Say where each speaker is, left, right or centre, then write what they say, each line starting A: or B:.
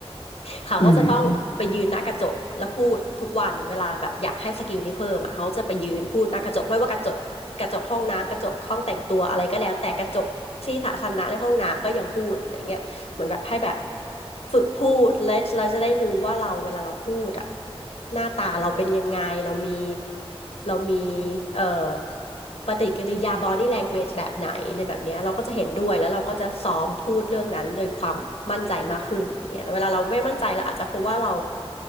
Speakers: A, on the left (about 80°); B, on the left (about 60°).
A: เขาก็จะต้องไปยืนหน้ากระจกแล้วพูดทุกวันเวลาแบบอยากให้สกิลนี้เพิ่มอ่ะเขาจะไปยืนพูดหน้ากระจกไม่ว่ากระจกกระจกห้องน้ำกระจกห้องแต่งตัวอะไรก็แล้วแต่กระจกที่สาธารณะในห้องน้ำก็ยังพูดอะไรเงี้ยเหมือนแบบให้แบบ
B: อืม
A: ฝึกพูดแลวเราจะได้รู้ว่าเราเวลาเราพูดอ่ะหน้าตาเราเป็นยังไงเรามีเรามีเอ่อ ปฏิกิริยา body language แบบไหนอะไรแบบเนี้ยเราก็จะเห็นด้วยแล้วเราก็จะซ้อมพูดเรื่องนั้นโดยความมั่นใจมากขึ้นอย่างเงี้ยเวลาเราไม่มั่นใจเราอาจจะเพราะว่าเรา